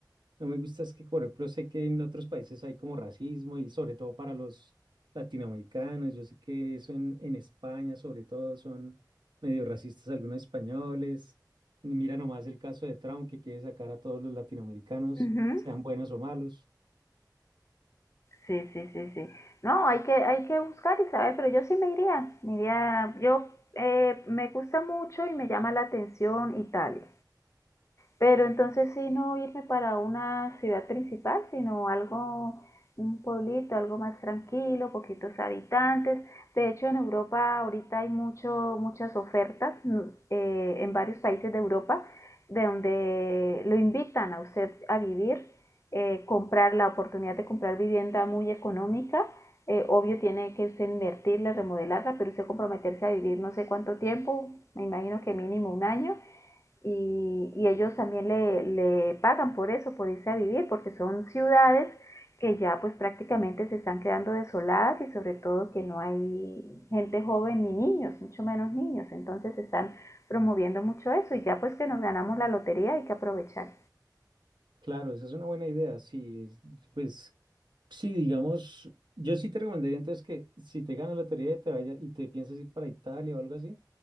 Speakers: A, on the right; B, on the left.
A: no me gusta es que, por ejemplo, sé que en otros países hay como racismo y sobre todo para los latinoamericanos, yo sé que eso en, en España sobre todo son medio racistas algunos españoles. Mira nomás el caso de Trump que quiere sacar a todos los latinoamericanos,
B: Ujú.
A: sean buenos o malos.
B: Sí, sí, sí, sí. No, hay que, hay que buscar y saber, pero yo sí me iría, me iría, yo eh, me gusta mucho y me llama la atención Italia. Pero entonces sí no irme para una ciudad principal, sino algo, un pueblito, algo más tranquilo, poquitos habitantes. De hecho, en Europa ahorita hay mucho, muchas ofertas mm, eh, en varios países de Europa de donde lo invitan a usted a vivir, eh, comprar la oportunidad de comprar vivienda muy económica. Eh, obvio tiene que usted invertirla, remodelarla, pero usted comprometerse a vivir no sé cuánto tiempo, me imagino que mínimo un año y, y ellos también le, le pagan por eso, por irse a vivir, porque son ciudades que ya pues prácticamente se están quedando desoladas y sobre todo que no hay gente joven ni niños, mucho menos niños. Entonces están promoviendo mucho eso y ya pues que nos ganamos la lotería hay que aprovechar.
A: Claro, esa es una buena idea, sí, es- pues Sí, digamos, yo sí te recomendaría entonces que si te ganas la lotería y te vaya y te piensas ir para Italia o algo así,